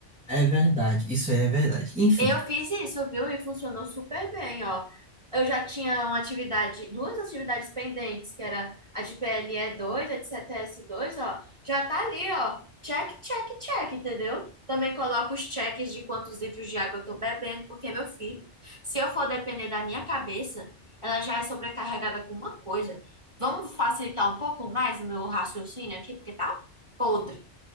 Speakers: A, in the centre; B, on the right.
A: É verdade, isso é verdade. Enfim,
B: Eu fiz isso, viu? E funcionou super bem, ó. Eu já tinha uma atividade, duas atividades pendentes, que era a de ple dois, a de cts dois, ó. Já tá ali, ó. Check, check, check, entendeu? Também coloco os cheques de quantos litros de água eu tô bebendo, porque, meu filho, se eu for depender da minha cabeça, ela já é sobrecarregada com uma coisa. Vamos facilitar um pouco mais o meu raciocínio aqui, porque tá podre.